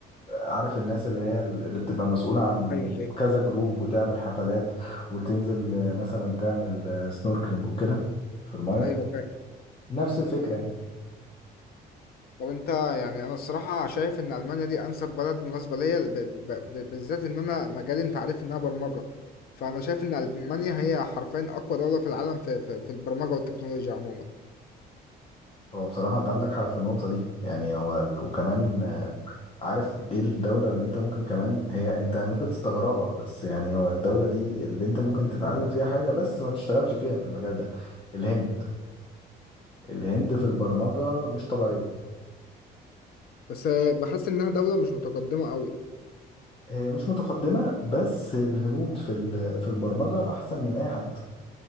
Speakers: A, on the left; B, on the left.
A: عارف الناس اللي هي اللي بتبقى مسؤوله عن
B: أيوة
A: كذا جروب وتعمل حفلات وتنزل آه، مثلا تعمل سنوركلينج وكده في المايه
B: أيوة فاهم
A: نفس الفكره يعني.
B: طب أنت يعني أنا الصراحة شايف إن ألمانيا دي أنسب بلد مناسبة ليا ب- ب- ب- بالذات إن أنا مجالي أنت عارف إنها برمجة فأنا شايف إن ألمانيا هي حرفيا أقوى دولة في العالم في في, في البرمجة والتكنولوجيا عموما
A: هو بصراحة أنت عندك حق في النقطة دي يعني هو وكمان آه، عارف إيه الدولة اللي أنت ممكن كمان هي أنت ممكن تستغربها بس يعني هو الدولة دي اللي أنت ممكن تتعلم فيها حاجة بس ما تشتغلش فيها في المجال ده الهند الهند في البرمجة مش طبيعية
B: بس بحس انها دولة مش متقدمة قوي
A: هي مش متقدمة بس الهنود في ال- في البرمجة أحسن من أي حد